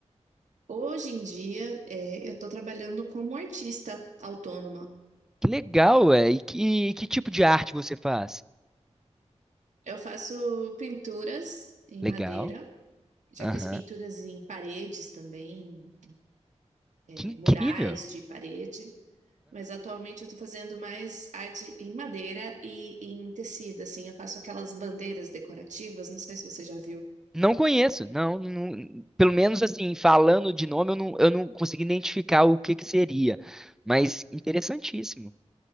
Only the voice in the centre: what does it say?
Que legal, é. E que, que tipo de arte você faz?
Legal.
Aham.
Que incrível.
Não conheço, não, não- pelo menos assim, falando de nome, eu não, eu não consegui identificar o que que seria, mas interessantíssimo.